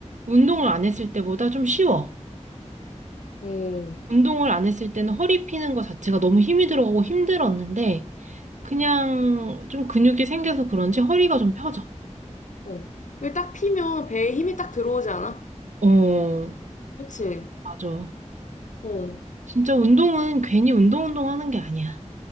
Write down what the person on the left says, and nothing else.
어,
어. 이게 딱 피면 배에 힘이 딱 들어오지 않아?
그치?
어,